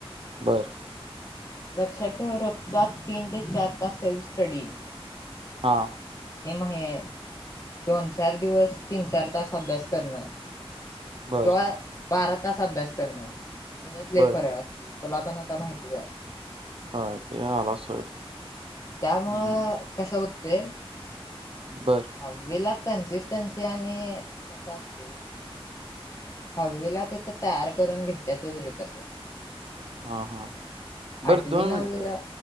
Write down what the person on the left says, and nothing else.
लक्षात ठेव, रोजचा तीन, ते चार, तास सेल्फ स्टडी
आणि महे दोन, चारदिवस, तीनचार तास अभ्यास करण.
किंवा, बारा तास अभ्यास करण, त्याच्यात लई
फरक असतो, तुलापण आता माहितीच आहे.
त्यामुळं
कसं होतय.
दहावीला कन्सिस्टन्सी आणि कस असतय, दहावीला तिथं, तयार करून घेतचच रे तस.
आठवी,
नववी ला